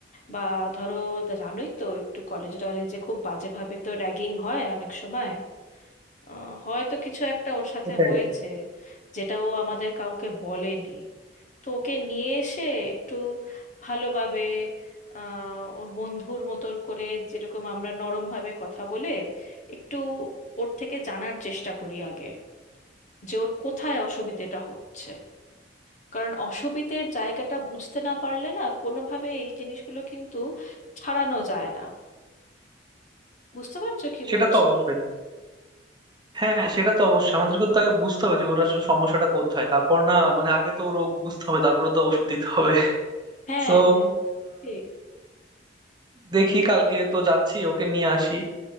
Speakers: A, on the left; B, on the right.
A: বা ধরো জানোই তো একটু কলেজ টলেজে খুব বাজেভাবে তো র্যাগিং হয় অনেক সময় আহ, হয়তো কিছু একটা ওর সাথে
B: সেটাই
A: হয়েছে যেটা ও আমাদের কাউকে বলেনি তো ওকে নিয়ে এসে একটু ভালোভাবে আহ, ওর বন্ধুর মতো করে যেরকম আমরা নরমভাবে কথা বলে একটু ওর থেকে জানার চেষ্টা করি আগে যে ওর কোথায় অসুবিধেটা হচ্ছে কারণ অসুবিধের জায়গাটা বুঝতে না পারলে না কোনোভাবে এই জিনিসগুলো কিন্তু ছাড়ানো যায় না বুঝতে পারছো কি
B: সেটা
A: বলছি
B: তো অবশ্যই হ্যাঁ হ্যাঁ সেটা তো অবশ্যই আমাদেরকে তো আগে বুঝতে হবে যে ওটা আসলে সমস্যাটা কোথায় তারপর না মানে আগে তো রোগ বুঝতে হবে তারপরে তো ওষুধ দিতে হবে
A: হ্যাঁ
B: তো
A: হ্যাঁ ঠিক।
B: দেখি কালকে তো যাচ্ছি ওকে নিয়ে আসি